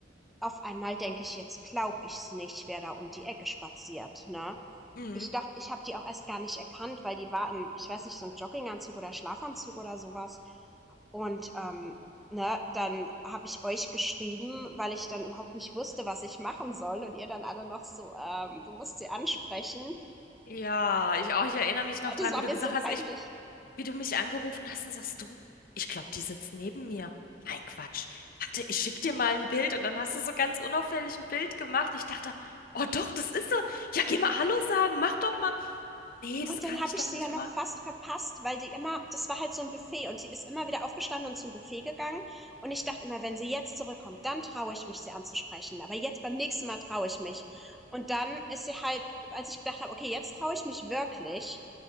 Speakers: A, in the centre; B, on the left.
A: auf einmal denke ich, jetzt glaub ich's nicht, wer da um die Ecke spaziert, ne?
B: Mhm.
A: Ich dachte, ich habe die auch erst gar nicht erkannt, weil die war in, ich weiß nicht, so ein Jogginganzug oder Schlafanzug oder sowas. Und ähm, ne, dann habe ich euch geschrieben, weil ich dann überhaupt nicht wusste, was ich machen soll. Und ihr dann alle noch so, ähm, du musst sie ansprechen.
B: Ja, ich auch. Ich erinnere mich noch
A: Und
B: dran,
A: das war
B: wie
A: mir
B: du gesagt
A: so peinlich.
B: hast, ich, wie du mich angerufen hast und sagst du, ich glaube, die sitzt neben mir. Ein Quatsch. Warte, ich schick dir mal ein Bild und dann hast du so ganz unauffällig ein Bild gemacht. Und ich dachte, oh doch, das ist sie. Ja, geh mal Hallo sagen, mach doch mal. Nee, das
A: Und
B: kann
A: dann habe
B: ich
A: ich
B: doch
A: sie
B: nicht
A: ja noch
B: machen.
A: fast verpasst, weil die immer, das war halt so ein Buffet und sie ist immer wieder aufgestanden und zum Buffet gegangen. Und ich dachte immer, wenn sie jetzt zurückkommt, dann traue ich mich, sie anzusprechen. Aber jetzt beim nächsten Mal traue ich mich. Und dann ist sie halt, als ich gedacht habe, okay, jetzt traue ich mich wirklich,